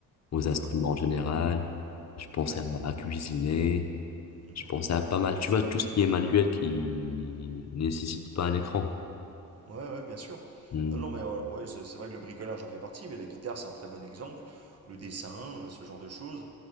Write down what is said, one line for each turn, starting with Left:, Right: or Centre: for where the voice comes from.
Left: aux instruments
Right: Ouais,
Left: en général, je pensais
Right: ouais.
Left: à, à cuisiner,
Right: mhm.
Left: je pensais à pas mal, tu vois, tout ce qui est manuel qui nécessite pas un écran.
Right: Ouais, ouais, bien sûr.
Left: Hmm.
Right: Non, non, mais euh, ouais, c'est c'est vrai que le bricolage en fait partie, mais la guitare, c'est un très bon exemple. Le dessin, euh, ce genre de choses.